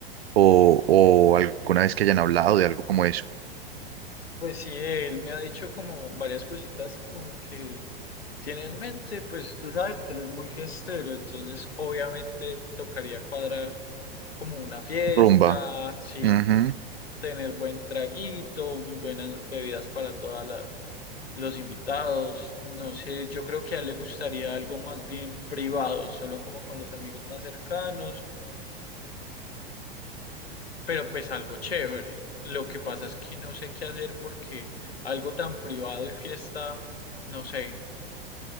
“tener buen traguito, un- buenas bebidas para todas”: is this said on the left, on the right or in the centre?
Left